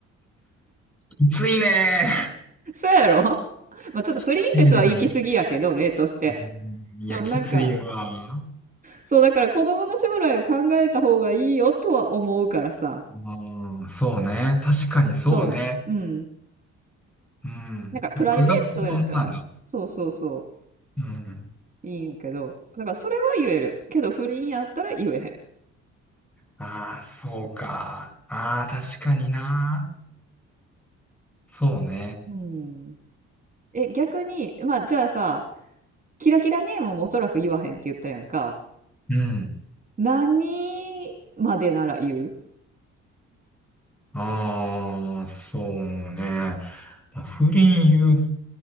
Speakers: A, in the centre; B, on the right.
A: きついね
B: そうやろ <laughs> まあちょっとプリンセスは行き過ぎやけど、
A: きついね。
B: 例として。
A: うんいや、
B: でもなんか、
A: きついわ。
B: そうだから子供の将来を考えた方がいいよとは思うからさ。
A: うん、そうね。確かにそうね。
B: そう。うん。
A: うん。
B: なんかプライベートやったら、
A: 僕が子供なら。
B: そうそうそ
A: うん。
B: う、いいんやけど。だからそれは言える。けど不倫やったら言えへ
A: ああ、そうか。ああ、確かにな。そうね。
B: ん。うん。え、逆に、まあじゃあさ、キラキラネームもおそらく言わへんって言ったやんか。
A: うん。
B: 何までなら言う
A: ああ、そうね。まあ不倫言